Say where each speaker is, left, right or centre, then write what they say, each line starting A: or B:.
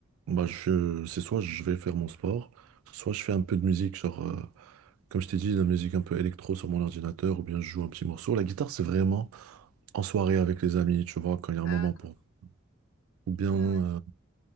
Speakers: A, on the right; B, on the left.
A: bah je, c'est soit je vais faire mon sport, soit je fais un peu de musique, genre, euh, comme je t'ai dit, de la musique un peu électro sur mon ordinateur, ou bien je joue un petit morceau. La guitare, c'est vraiment en soirée avec les amis, tu vois, quand il y a un
B: D'accord,
A: moment pour... Ou bien...
B: ouais,
A: euh,
B: ouais,